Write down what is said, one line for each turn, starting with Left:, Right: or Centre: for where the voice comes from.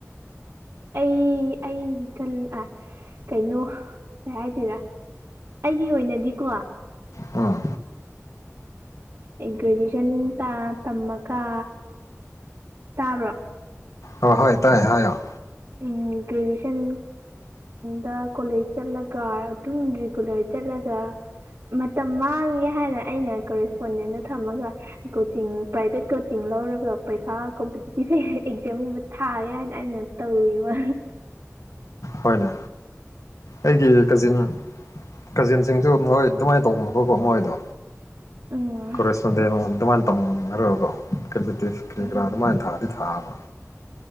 Right: ꯑꯩ ꯑꯩ ꯑꯩꯜ ꯀꯩꯅꯣ ꯀꯩ ꯍꯥꯏꯁꯤꯔꯥ ꯑꯩꯒꯤ ꯑꯣꯏꯅꯗꯤꯀꯣ
Left: ꯎꯝ
Right: ꯎꯝ ꯒ꯭ꯔꯦꯖꯨꯌꯦꯁꯟ ꯇ ꯇꯝꯃꯒ ꯇꯥꯕ꯭ꯔꯣ
Left: ꯍꯣꯏ ꯍꯣꯏ ꯇꯥꯏꯦ ꯍꯥꯏꯌꯣ
Right: ꯎꯝ ꯭ꯒꯔꯦꯖꯨꯌꯦꯁꯟ ꯗ ꯀꯣꯂꯦꯖ ꯆꯠꯂꯒ ꯑꯗꯨꯝ ꯔꯤꯒꯨꯂꯔ ꯆꯠꯂꯒ ꯃꯇꯝ ꯃꯥꯡꯉꯦ ꯍꯥꯏꯅ ꯑꯩꯅ ꯀꯣꯔꯦꯁꯄꯣꯟꯗꯦꯗ ꯊꯝꯃꯒ ꯀꯣꯆꯤꯡ ꯄ꯭ꯔꯥꯏꯚꯦꯠ ꯀꯣꯆꯤꯡ ꯂꯧꯔꯒ ꯄꯔꯤꯈꯥ ꯀꯝꯄꯤꯇꯤꯇꯤꯞ ꯑꯦꯛꯖꯥꯝꯒꯨꯝꯕ ꯊꯥꯒꯦ ꯍꯥꯏꯅ ꯑꯩꯅ ꯇꯧꯈꯤꯕ
Left: ꯍꯣꯏꯅꯦ ꯑꯩꯒꯤ ꯀꯖꯤꯟ ꯀꯖꯤꯟꯁꯤꯡꯁꯨ ꯃꯣꯏ ꯑꯗꯨꯃꯥꯏꯅ ꯇꯧꯕꯅꯕꯀꯣ ꯃꯣꯏꯗꯣ
Right: ꯎꯝ
Left: ꯀꯣꯔꯦꯁꯄꯣꯟꯗꯦꯟ ꯇꯧꯅꯔꯒ ꯀꯣ ꯀꯝꯄꯤꯇꯤꯞ ꯀꯔꯤ
Right: ꯎꯝ
Left: ꯀꯔꯥ ꯑꯗꯨꯃꯥꯏꯅ ꯊꯥꯗꯤ ꯊꯥꯕ